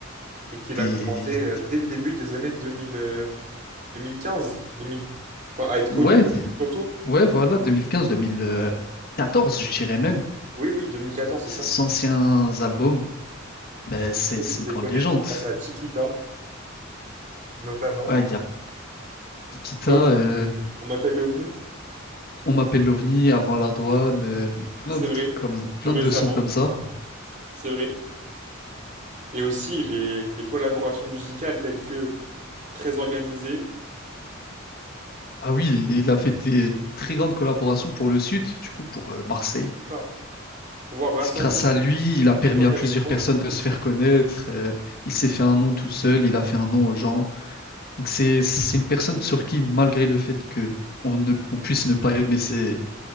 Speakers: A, on the right; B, on the left.
A: Et qu'il
B: des...
A: a commencé euh, dès le début des années deux mille euh, deux mille. quinze, deux mille, enfin, à être connu,
B: Ouais,
A: surtout.
B: ouais, voilà, 2015-2014, je dirais même.
A: Oui, oui, 2014 c'est
B: Ces
A: ça.
B: anciens albums, ben, c'est
A: Après,
B: c'est
A: je t'ai fait
B: une grande
A: connaître
B: légende.
A: grâce à Chiquita, notamment.
B: Ouais, il y a Chiquita,
A: L'OVNI.
B: euh,
A: On m'appelle l'OVNI,
B: On m'appelle l'OVNI avant la douane, euh, plein
A: c'est
B: de
A: vrai.
B: trucs comme
A: Plus
B: plein
A: récemment,
B: de sons comme ça.
A: c'est vrai. Et aussi les, les collaborations musicales telles que très organisées,
B: Ah oui, et il a fait des très grandes collaborations pour le Sud, du coup pour euh, Marseille.
A: c'est ça. Pouvoir rassembler
B: C'est Grâce à lui, il a permis
A: tout un territoire,
B: à plusieurs personnes de se faire connaître. euh, il s'est fait un nom tout seul, il a fait un nom aux gens. Donc c'est c'est une personne sur qui, malgré le fait que on ne on puisse ne pas aimer ses-